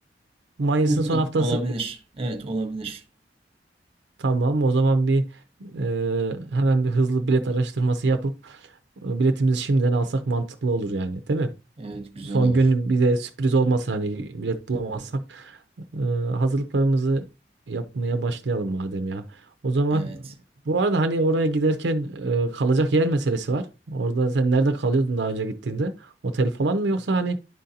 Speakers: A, on the right; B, on the right.
A: Mayıs'ın
B: uygun
A: son haftası
B: olabilir. Evet, olabilir.
A: tamam. O zaman bir eee, hemen bir hızlı bilet araştırması yapıp e, biletimizi şimdiden alsak mantıklı olur yani, değil mi?
B: Evet, güzel
A: Son
B: olur.
A: gün bize sürpriz olmasın hani bilet bulamazsak. Ee, hazırlıklarımızı yapmaya başlayalım madem ya. O zaman
B: Evet.
A: bu arada hani oraya giderken e, kalacak yer meselesi var. Orada sen nerede kalıyordun daha önce gittiğinde? Otel falan mı yoksa hani